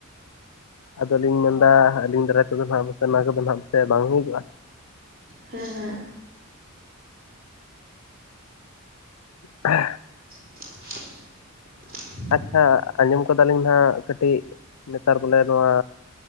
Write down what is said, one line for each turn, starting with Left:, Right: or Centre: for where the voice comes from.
Left: ᱟᱫᱚ ᱞᱤᱧ ᱢᱮᱱᱫᱟ, ᱟᱹᱞᱤᱧ ᱫᱟᱨᱟᱭ ᱛᱮᱫᱚ ᱦᱟᱸᱜ <unintelligible> ᱵᱟᱝ ᱦᱩᱭᱩᱜᱚᱜ-ᱟ᱾
Right: ᱦᱮᱸ ᱦᱮᱸ
Left: <inaudible>
Right: <inaudible>
Left: ᱟᱪᱪᱷᱟ, ᱟᱸᱡᱚᱢ ᱟᱠᱟᱫᱟ ᱞᱤᱧ ᱱᱟᱜ ᱠᱟᱹᱴᱤᱡ ᱱᱮᱛᱟᱨ ᱵᱚᱞᱮ ᱱᱚᱣᱟ